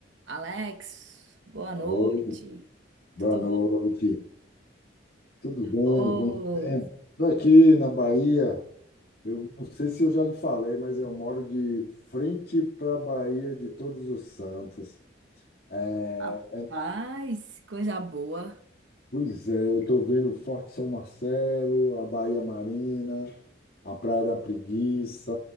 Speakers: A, on the right; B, on the left.
A: Alex, boa noite.
B: Oi, boa
A: Tudo
B: noite. Tudo bem?
A: bom?
B: Como sempre? Estou aqui na Bahia. Eu não sei se eu já lhe falei, mas eu moro de frente para a Bahia de Todos os Santos. É,
A: Rapaz, coisa boa.
B: pois é, eu estou vendo o Forte São Marcelo, a Bahia Marina, a Praia da Preguiça.